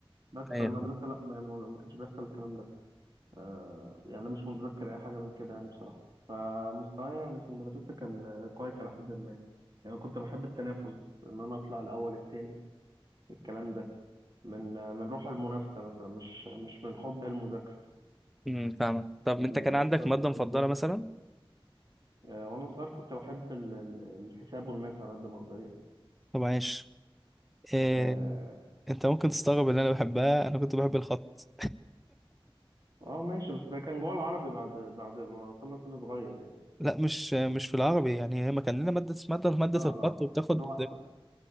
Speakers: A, on the right; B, in the centre.
A: بس في
B: ايوه
A: المدرسه
B: فاهم.
A: لا يعني ما ما كانش بيحصل الكلام ده آه، يعني أنا مش متذكر أي حاجة من كده يعني بصراحة فمستواي يعني في المدرسة كان كويس إلى حد ما يعني كنت بحب التنافس إن أنا أطلع الأول التاني الكلام ده من من روح المنافسة مثلا مش مش من حب المذاكرة
B: م، فاهمك طب
A: يعني
B: انت كان عندك
A: فكنت
B: مادة مفضلة
A: بذاكر
B: مثلا؟
A: آه، وأنا صغير كنت بحب ال- ال- الحساب والماس على قد ما أقدر يعني
B: طب عاش إيه،
A: آه
B: انت ممكن تستغرب اللي انا بحبها انا كنت بحب الخط
A: آه، ماشي بس ده كان جوه العربي بعد بعد ما وصلنا سن صغير يعني
B: لا مش مش في العربي يعني هي ما كان لنا ماده اسمها ماده مادة
A: آه آه
B: الخط وبتاخد
A: لوحدك